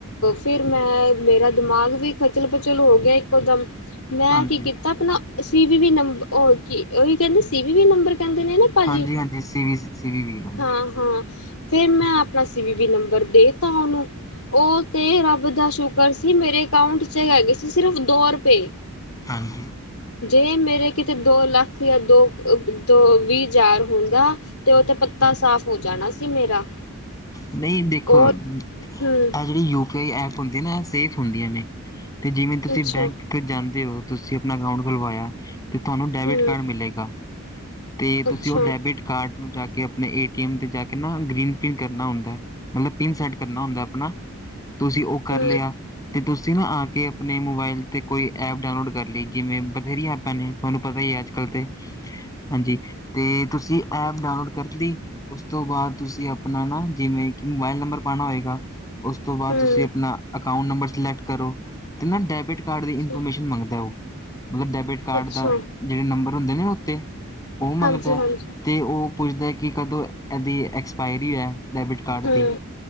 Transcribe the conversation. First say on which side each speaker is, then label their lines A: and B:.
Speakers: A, on the left; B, on the left.
A: ਫਿਰ ਮੈਂ ਮੇਰਾ ਦਿਮਾਗ ਵੀ ਖਚਲ-ਪਚਲ ਹੋ ਗਿਆ। ਇੱਕੋ ਦਮ ਮੈਂ
B: ਹਾਂਜੀ
A: ਕੀ ਕੀਤਾ ਆਪਣਾ ਸੀਵੀ ਵੀ ਨੰਬਰ ਕੀ ਉਹੀ ਕੀ ਸੀ ਵੀ ਨੰਬਰ ਕਹਿੰਦੇ ਨੇ ਨਾ ਭਾਜੀ
B: ਹਾਂਜੀ-ਹਾਂਜੀ ਸੀ ਵੀ ਸੀ ਵੀ ਵੀ ਨੰਬਰ
A: ਹਾਂ-ਹਾਂ। ਫਿਰ ਮੈਂ ਆਪਣਾ ਸੀ ਵੀ ਬੀ ਨੰਬਰ ਦੇ ਤਾਂ ਉਹਨੂੰ। ਉਹ ਤੇ ਰੱਬ ਦਾ ਸ਼ੁਕਰ ਸੀ। ਮੇਰੇ ਅਕਾਊਂਟ ਚ ਹੈਗੇ ਸੀ। ਸਿਰਫ ਦੋ ਰੁਪਏ।
B: ਹਾਂਜੀ।
A: ਜੇ ਮੇਰੇ ਕਿਤੇ ਦੋ ਲੱਖ। ਜਾਂ ਦੋ ਦੋ ਵੀਹ ਜਾਰ ਹੁੰਦਾ। ਤੇ ਉਹ ਤੇ ਪੱਤਾ ਸਾਫ਼ ਹੋ ਜਾਣਾ ਸੀ ਮੇਰਾ
B: ਨਹੀਂ ਦੇਖੋ
A: ਉਹ
B: ਇਹ
A: ਹੂੰ
B: ਜਿਹੜੀ ਯੂਪੀ ਆਈ ਐਪ ਹੁੰਦੀ। ਨਾ ਇਹ ਸੇਫ ਹੁੰਦੀਆਂ ਨੇ। ਤੇ ਜਿਵੇਂ ਤੁਸੀਂ
A: ਅੱਛਾ
B: ਬੈਂਕ ਤੇ ਜਾਂਦੇ ਹੋ। ਤੂਸੀ ਅਪਨਾ ਅਕਾਊਂਟ ਖੁਲਵਾਏਐ, ਤੇ ਤੂਆਨੂੰ ਡੈਬਿਟ
A: ਹੂੰ
B: ਕਾਰਡ ਮਿਲੇਗਾ, ਤੇ ਤੂਸੀ
A: ਅੱਛਾ
B: ਓ
A: ਹੂੰ
B: ਡੈਬਿਟ ਕਾਰਟ ਨੂੰ ਜਾ ਕੇ ਅਪਣੇ ਏ ਟੀ ਐਮ ਤੇ ਜਾ ਕੇ ਨਾ ਗ੍ਰੀਨ ਪਿੰਨ ਕਰਨਾ ਹੁੰਦੈ, ਮਤਲਬ ਪਿੰਨ ਸੈਟ ਕਰਨਾ ਹੁੰਦੈ ਅਪਨਾ। ਤੂਸੀ ਓ ਕਰ
A: ਹੂੰ
B: ਲੇਆ, ਤੇ ਤੂਸੀ ਨਾ ਆ ਕੇ ਅਪਨੇ ਮੋਬਾਇਲ ਤੇ ਕੋਈ ਐਪ ਡਾਊਨਲੋਡ ਕਰ ਲੀ, ਜਿਵੇਂ ਬਥੇਰੀਆਂ ਐਪਾਂ ਨੇ ਤੂਆਨੂੰ ਪਤਾ ਈ ਏ ਅੱਜ-ਕੱਲ ਤੇ ਹਾਂਜੀ, ਤੇ ਤੂਸੀ ਐਪ ਡਾਊਨਲੋਡ ਕਰ ਲੀ, ਉਸ ਤੋ ਬਾਦ ਤੂਸੀ ਅਪ ਅਪਨਾ ਨਾ ਜਿਵੇਂ ਕਿ ਮੋਬਾਇਲ ਨੰਬਰ ਪਾਣਾ ਹੋਏਗਾ, ਉਸ ਤੋਂ ਬਾਦ
A: ਹੂੰ
B: ਤੂਸੀ ਅਪਨਾ ਅਕਾਊਂਟ ਨੰਬਰ ਸਲੈਕਟ ਕਰੋ, ਤੇ ਨਾ ਡੈਬਿਟ ਕਾਰਡ ਦੀ
A: ਅੱਛਾ
B: ਇਨਫੋਰਮੇਸ਼ਨ ਮੰਗਦੈ ਓ, ਮਤਲਬ ਡੈਬਿਟ ਕਾਰਡ
A: ਅੱਛਾ
B: ਦਾ ਜੇੜੇ ਨੰਬਰ ਹੁੰਦੇ ਨੇ ਨਾ ਉੱਤੇ, ਓ ਮੰਗਦੈ,
A: ਹਾਂਜੀ ਹਾਂਜੀ ਹੂੰ
B: ਤੇ ਓ ਪੁੱਛਦੈ ਕਿ ਕਦੋਂ ਐਦੀ ਐਕਸਪਾਇਰੀ ਹੈ, ਡੈਬਿਟ ਕਾਰਡ
A: ਹਾਂ
B: ਦੀ,